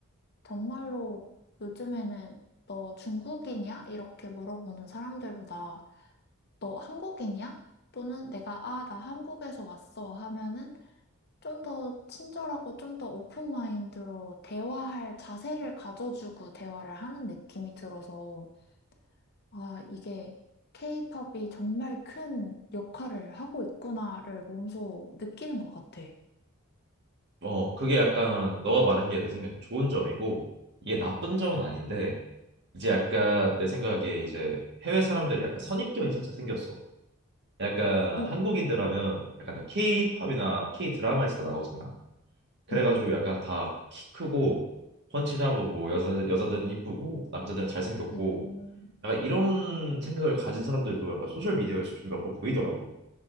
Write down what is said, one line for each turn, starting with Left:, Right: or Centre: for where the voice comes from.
Left: 정말로 요즘에는 너 중국인이야? 이렇게 물어보는 사람들보다 너 한국인이야? 또는 내가 아, 나 한국에서 왔어 하면은 좀 더 친절하고 좀 더 오픈 마인드로 대화할 자세를 가져주고 대화를 하는 느낌이 들어서 아, 이게 케이팝이 정말 큰 역할을 하고 있구나를 몸소 느끼는 것 같아.
Right: 어 그게 약간 너가 말한 게 내 생각에 좋은 점이고 이게 나쁜 점은 아닌데 이제 약간 내 생각에 이제 해외 사람들이 약간 선입견이 살짝 생겼어. 약간
Left: 어,
Right: 한국인들 하면 약간 다 K-팝이나
Left: 응,
Right: K-드라마에서 다 나오잖아. 그래가지고
Left: 응,
Right: 약간 다 키 크고 훤칠하고 뭐 여자 여자들은 이쁘고 남자들은 잘생겼고
Left: 음.
Right: 약간 이런 생각을 가진 사람들도 약간 소셜 미디어에서 좀 몇 번 보이더라고.